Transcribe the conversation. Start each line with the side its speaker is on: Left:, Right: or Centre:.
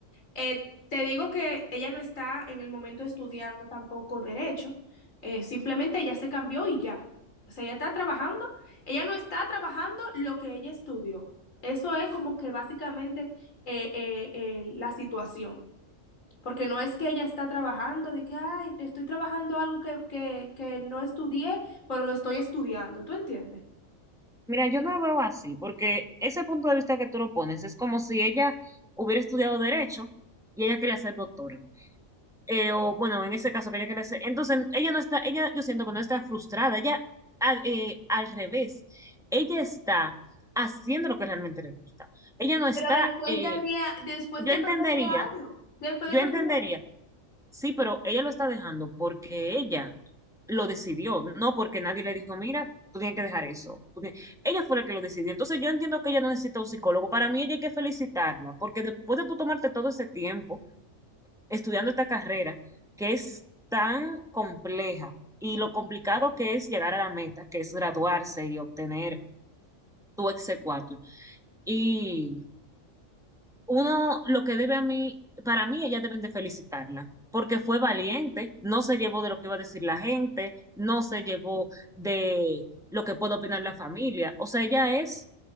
Left: eh, te digo que ella no está en el momento estudiando tampoco derecho, eh, simplemente ella se cambió y ya. O sea, ella está trabajando, ella no está trabajando lo que ella estudió. Eso es como que básicamente eh, eh, eh, la situación, porque no es que ella está trabajando de que, ay, estoy trabajando algo que, que, que no estudié, pero lo estoy estudiando, ¿tú entiendes?
Centre: Mira, yo no lo veo así, porque ese punto de vista que tú lo pones es como si ella hubiera estudiado derecho y ella quería ser doctora. eh, o bueno, en ese caso quería que le quiere Entonces, ella no está, ella yo siento que no está frustrada, ella al, eh, al revés, ella está haciendo lo que realmente le gusta. Ella no está,
Left: Pero después
Centre: eh,
Left: de 10, después
Centre: yo
Left: de
Centre: entendería,
Left: perder 10 años, después
Centre: yo
Left: de perder
Centre: entendería, sí, pero ella lo está dejando porque ella lo decidió, no porque nadie le dijo, mira, tú tienes que dejar eso. Tú tienes-". Ella fue la que lo decidió. Entonces yo entiendo que ella no necesita un psicólogo. Para mí ella hay que felicitarla, porque después de tú tomarte todo ese tiempo estudiando esta carrera que es tan compleja y lo complicado que es llegar a la meta, que es graduarse y obtener tu exequatur. Y uno, lo que debe a mí, para mí ellas deben de felicitarla, porque fue valiente, no se llevó de lo que iba a decir la gente, no se llevó de lo que puede opinar la familia. O sea, ella es